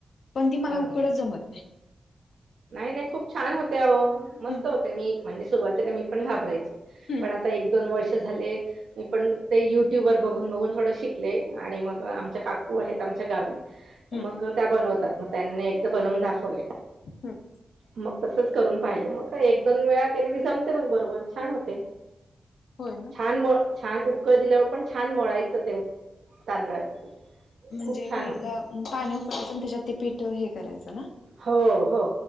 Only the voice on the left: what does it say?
पण ती
मला उकडच जमत नाही.
हम्म
हम्म
हम्म
हम
होय ना.
म्हणजे
पहिलं
पाणी उकळायचं आणि त्याच्यात ते पीठ हे करायचं ना.